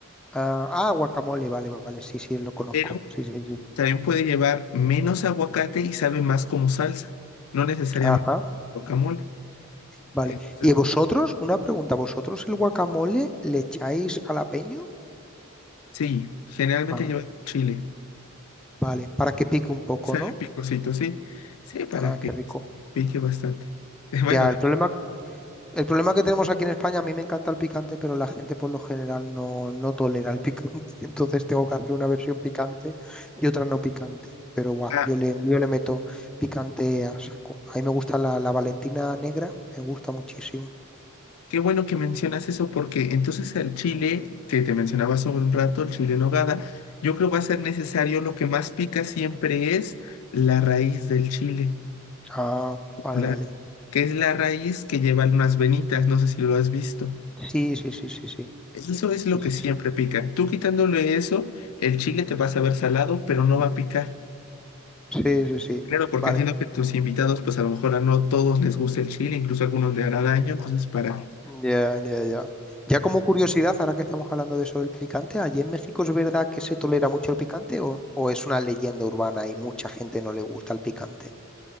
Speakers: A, in the centre; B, on the left (about 85°).
A: Ah, ah, guacamole, vale, vale, sí, sí, lo conozco.
B: pero
A: Sí, sí, sí.
B: también puede llevar menos aguacate y sabe más como salsa, no necesariamente
A: Ajá,
B: guacamole.
A: vale.
B: Entonces,
A: ¿Y vosotros?
B: pues
A: Una pregunta, ¿vosotros el guacamole le echáis jalapeño?
B: sí, generalmente
A: Ah,
B: lleva chile.
A: vale, para que pique un poco,
B: Sabe
A: ¿no?
B: picosito, sí. Sí, para
A: Ah,
B: que
A: qué rico.
B: este, pique bastante. <laughs> Bueno,
A: Ya,
B: de-
A: el problema El problema que tenemos aquí en España, a mí me encanta el picante, pero la gente por lo general no, no tolera el picante. <laughs> Entonces tengo que hacer una versión picante y otra no picante. Pero guau,
B: ah,
A: yo le, yo le meto picante a saco. A mí me gusta la, la Valentina negra, me gusta muchísimo.
B: Qué bueno que mencionas eso porque entonces el chile que te mencionaba hace un rato, el chile en nogada, yo creo va a ser necesario, lo que más pica siempre es la raíz del chile,
A: Ah, vale,
B: la-
A: vale.
B: que es la raíz que lleva unas venitas, no sé si lo has visto.
A: Sí, sí, sí, sí, sí.
B: Eso es lo
A: Sí,
B: que
A: sí,
B: siempre
A: sí.
B: pica. Tú quitándole eso, el chile te va a saber salado, pero no va a picar.
A: Sí, sí, sí.
B: Claro, porque
A: Vale.
B: entiendo que tus invitados, pues a lo mejor a no todos les gusta el chile, incluso a algunos le hará daño, entonces para...
A: Ya, ya, ya. Ya como curiosidad, ahora que estamos hablando de eso del picante, ¿allí en México es verdad que se tolera mucho el picante o, o es una leyenda urbana y mucha gente no le gusta el picante?